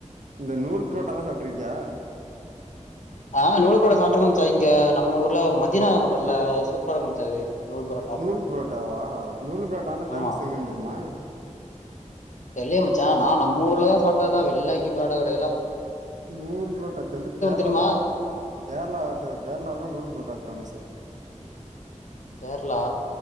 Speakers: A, on the right; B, on the left.
A: இந்த நூல் புரோட்டா தா சாப்ட்ருக்கியா
B: ஆ நூலு புரோட்ட சாப்ட்ருக்கா மச்சா இங்க நம்ம ஊர்ல மதினா ஹோட்டல்ல சூப்பரா இருக்கு மச்சா இது நூல் புரோ
A: நூல் புரோட்டாவா நூல் புரோட்டான்னா
B: ஆமா
A: ஃபேமஸ் எங்கன் தெரிமா
B: தெர்லயே மச்சா நா நம் ஊர்ல தா சாட்ருக்கே வெள்ள எங்கியு சாட்டது கெடையதுல
A: நூல் புரோட்டாக்கு வந்து கேர்ளால
B: தெரியுமா
A: தா கேர்ளா ட கேர்ளா தா நூல் புரோட்டா ஃபேமஸ்ஸு
B: கேர்ளா